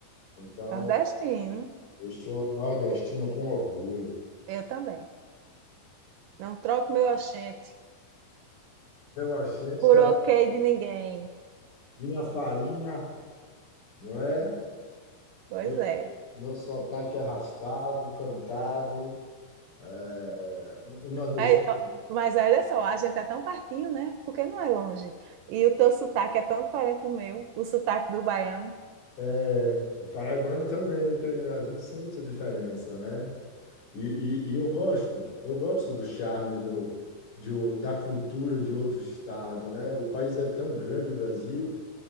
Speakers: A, on the left; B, on the right.
A: Então,
B: nordestino,
A: eu sou nordestino com orgulho.
B: eu também. Não troco meu oxente
A: Meu acento,
B: por
A: está
B: ok de ninguém.
A: minha farinha, não é?
B: Pois
A: Meu,
B: é.
A: meu sotaque é arrastado, cantado. É, o nordestino.
B: Aí, ó, mas olha só, a gente é tão pertinho, né? Porque não é longe. E o teu sotaque é tão diferente do meu, o sotaque do baiano.
A: É, o paraibano também tem, a gente sente a diferença, né? E, e- e eu gosto, eu gosto do charme do, de o- da cultura de outro estado, né? O país é tão grande, o Brasil,